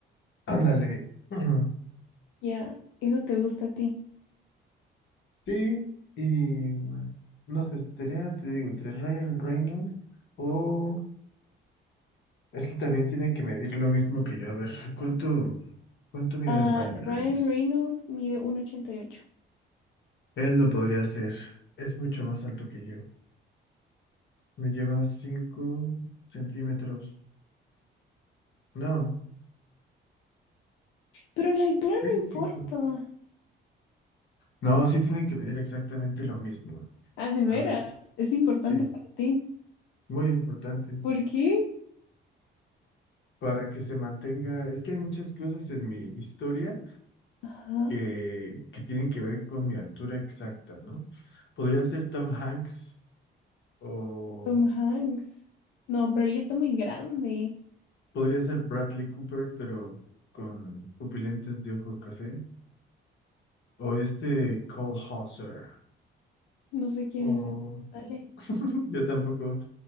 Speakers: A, on the left; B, on the left.
A: "Ah, ándale. <clears throat>
B: Ya, eso te gusta a ti.
A: Sí, y no sé, estaría, te digo, entre Ryan Reynolds o... Es que también tiene que medir lo mismo que yo. A ver, ¿cuánto, cuánto mide
B: Ah,
A: el Ryan
B: Ryan
A: Reynolds?
B: Reynolds mide uno ochenta y ocho
A: Él no podría ser, es mucho más alto que yo. Me lleva cinco centímetros. No,
B: Pero la altura
A: sí,
B: no importa.
A: cinco No, sí tiene que medir exactamente lo mismo.
B: Ah, de veras,
A: A ver,
B: es importante
A: sí,
B: para ti.
A: muy importante.
B: ¿Por qué?
A: Para que se mantenga, es que hay muchas cosas en mi historia
B: Ajá,
A: que, que tienen que ver con mi altura exacta, ¿no? Podría ser Tom Hanks o
B: Tom Hanks. No, pero él ya está muy grande.
A: podría ser Bradley Cooper, pero con pupilentes de ojo café, o este Cole Hauser,
B: No sé quién
A: o
B: es el que sale.
A: <laughs> yo tampoco,